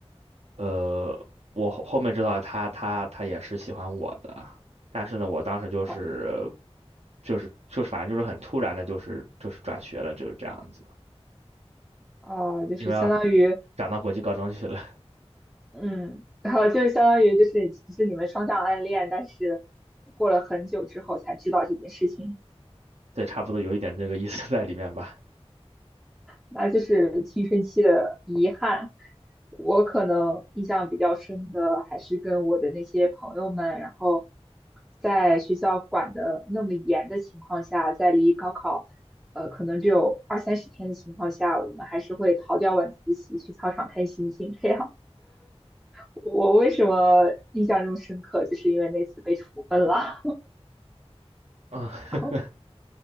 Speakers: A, on the right; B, in the centre.
A: 呃，我后后面知道他他他也是喜欢我的，但是呢，我当时就是
B: 好
A: 就是就是反正就是很突然的，就是就是转学了，就是这样子，
B: 啊、呃就是相当于
A: 因为要转到国际高中去了，
B: 嗯，<laughs> 好，就是相当于就是其实你们双向暗恋，但是过了很久之后才知道这件事情。
A: 对，差不多有一点这个意思在里面吧，
B: 那就是青春期的遗憾。我可能印象比较深的还是跟我的那些朋友们，然后在学校管的那么严的情况下，在离高考呃可能只有二三十天的情况下，我们还是会逃掉晚自习去操场看星星。这样，我为什么印象这么深刻，就是因为那次被处分了。
A: 嗯，<laughs>
B: <laughs> 然后。